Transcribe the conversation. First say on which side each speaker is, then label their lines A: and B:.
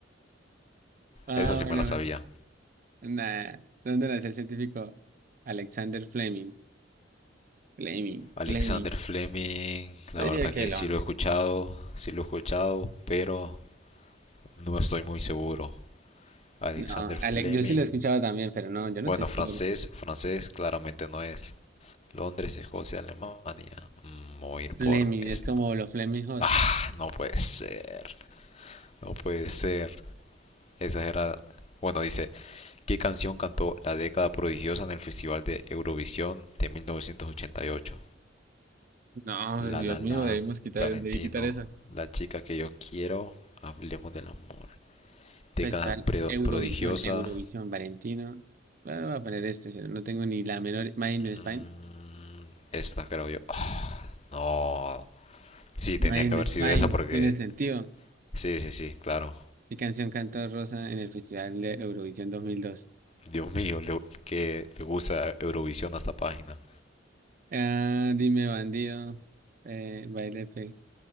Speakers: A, on the right (about 45°); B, on the left (about 30°).
A: Ah,
B: Esa sí
A: bueno,
B: me la sabía.
A: nada. ¿Dónde nació el científico? Alexander Fleming. Fleming,
B: Alexander
A: Fleming.
B: Fleming, la
A: Yo diría
B: verdad
A: que
B: que
A: Londres.
B: sí lo he escuchado, sí lo he escuchado, pero no estoy muy seguro. Alexander
A: No,
B: Fleming,
A: Ale- yo sí lo he escuchado también, pero no, yo no
B: bueno,
A: estoy seguro.
B: francés, francés claramente no es. Londres, Escocia, Alemania. Mm, voy a ir por
A: Fleming,
B: esta.
A: es como los Fleming Hot.
B: Ah, no puede ser, no puede ser. Esa era, bueno, dice ¿Qué canción cantó La década prodigiosa en el Festival de Eurovisión de 1988?
A: No,
B: La
A: Dios
B: La
A: mío,
B: La,
A: debemos quitar,
B: Valentino,
A: debí quitar esa.
B: La chica que yo quiero, Hablemos del amor. Década
A: Festival
B: prodigiosa.
A: Eurovisión, Eurovisión, Valentino. Ah, Voy a poner esto, pero no tengo ni la menor. Mine in
B: mm,
A: Spain.
B: esta creo yo. Ah, No. Sí,
A: Mine
B: tenía que haber
A: in Spain,
B: sido esa porque...
A: tiene sentido.
B: Sí, sí, sí, claro.
A: ¿Qué canción cantó Rosa en el Festival de Eurovisión 2002?
B: Dios mío, le- que le gusta Eurovisión a esta página.
A: Ah, dime, bandido. Eh, baile, pe.